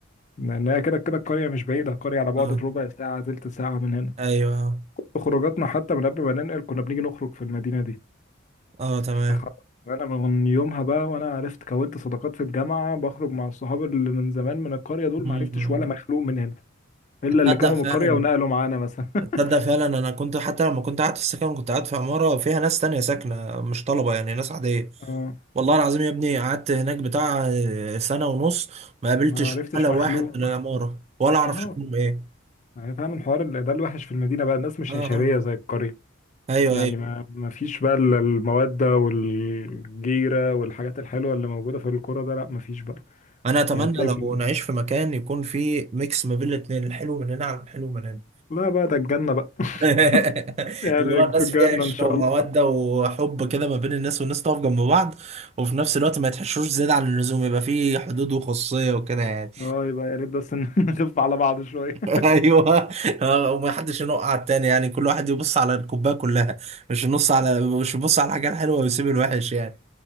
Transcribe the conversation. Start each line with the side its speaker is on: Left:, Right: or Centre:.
Left: لان هي كده كده القرية مش بعيدة القرية على بعد
Right: اه
Left: ربع ساعة تلت ساعة من هنا
Right: ايوه اه
Left: خروجاتنا حتى من قبل ما ننقل كنا بنيجي نخرج في المدينة دي
Right: آه، تمام
Left: فخ- فانا من يومها بقى وانا عرفت كونت صداقات في الجامعه بخرج مع الصحاب اللي من زمان من القريه دول
Right: مم.
Left: ما عرفتش ولا مخلوق من هنا الا اللي
Right: تصدق
Left: كانوا
Right: فعلا
Left: من القريه ونقلوا معانا مثلا <laughs>
Right: تصدق فعلا انا كنت حتى لما كنت قاعد في السكن كنت قاعد في عمارة فيها ناس تانية ساكنة مش طلبة يعني ناس عادية
Left: اه
Right: والله العظيم يا ابني قعدت هناك بتاع آه، سنة ونص ما قابلتش
Left: ما عرفتش
Right: ولا واحد
Left: مخلوق
Right: من العمارة ولا اعرف
Left: اه
Right: شكلهم ايه
Left: يعني فعلا حوار ال- ده الوحش في المدينه بقى الناس مش
Right: اه
Left: عشريه
Right: اه
Left: زي القريه
Right: ايوه
Left: يعني
Right: ايوه
Left: ما ما فيش بقى ال- الموده والجيره والحاجات الحلوه اللي موجوده في القرى ده لا ما فيش بقى
Right: انا اتمنى
Left: يعني تلاقي
Right: لو
Left: في
Right: نعيش في مكان يكون فيه ميكس ما بين الاثنين الحلو من هنا على الحلو من هنا
Left: لا بقى ده الجنه بقى <laughs>
Right: <laughs>
Left: يعني
Right: اللي هو الناس
Left: في الجنه
Right: فيها عشره
Left: ان شاء
Right: وموده
Left: الله
Right: وحب كده ما بين الناس والناس تقف جنب بعض وفي نفس الوقت ما يتحشروش زياده عن اللزوم يبقى فيه حدود وخصوصيه وكده يعني
Left: اه يبقى يا ريت بس إن <laughs> نخف على بعض شويه
Right: <laughs> ايوه آه، وما حدش ينق على التاني يعني كل واحد يبص على الكوبايه كلها مش ينص على مش يبص على الحاجه الحلوه ويسيب الوحش يعني